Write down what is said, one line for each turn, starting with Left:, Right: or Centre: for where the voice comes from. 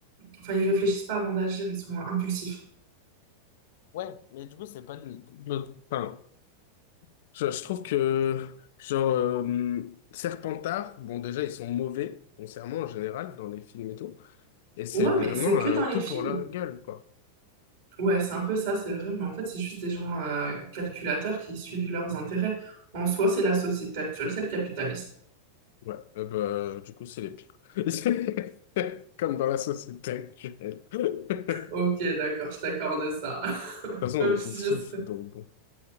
Right: enfin, ils réfléchissent pas avant d'agir, ils sont euh, impulsifs.
Left: ouais, mais du coup, c'est pas... de- de- Enfin, je, je trouve que... Genre, euh, Serpentard, bon, déjà, ils sont mauvais, foncièrement, en général, dans les films et tout. Et c'est
Right: Ouais,
Left: vraiment
Right: mais c'est que
Left: euh,
Right: dans les
Left: tout
Right: films.
Left: pour leur gueule, quoi.
Right: Ouais, c'est un peu ça, c'est vrai, mais en fait, c'est juste des gens euh, calculateurs qui suivent leurs intérêts. En soi, c'est la société actuelle, c'est le capitalisme.
Left: Ouais, Euh, bah, du coup, c'est les pires. <laughs> Comme dans la société actuelle. <laughs> De
Right: Ok, d'accord, je t'accorde ça. <laughs>
Left: toute façon,
Right: Même
Left: on les
Right: si
Left: pauvres
Right: je
Left: souffle
Right: serais...
Left: donc bon.